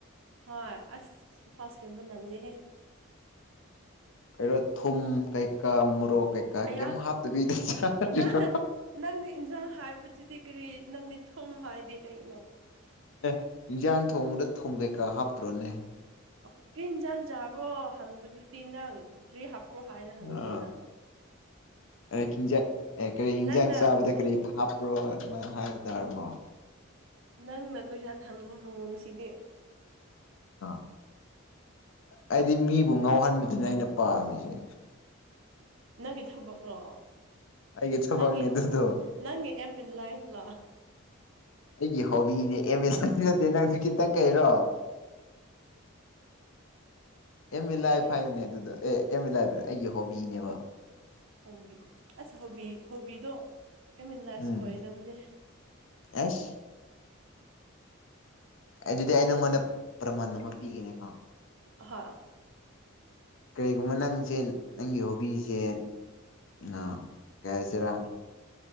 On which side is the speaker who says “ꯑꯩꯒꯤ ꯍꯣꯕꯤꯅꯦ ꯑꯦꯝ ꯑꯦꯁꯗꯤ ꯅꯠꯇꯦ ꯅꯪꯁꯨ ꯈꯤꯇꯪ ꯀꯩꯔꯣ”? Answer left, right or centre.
Left